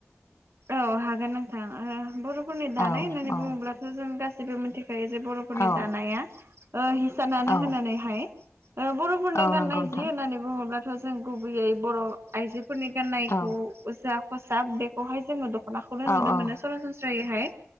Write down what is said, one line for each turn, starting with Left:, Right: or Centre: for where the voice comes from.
Right: औ हागोन नोंथां ओ बर'फोरनि दानाय
Left: औ
Right: होननानै
Left: औ
Right: बुङोब्लाथ' जों गासिबो मिनथि बे जे बर'फोरनि
Left: औ
Right: दानाया हिसानानो
Left: औ
Right: होननानैहाय ओ बर'फोरनि
Left: औ
Right: गाननाय
Left: नंगौ नोंथां
Right: जि होननानै बुङोब्लाथ' जों गुबैयै बर' आइजो फोरनि गान्नायखौ
Left: औ
Right: जा ख'साब बेखौहाय जोङो दख'नाखौनो
Left: औ
Right: नुनो
Left: औ
Right: मोनो सरासन जायोहाय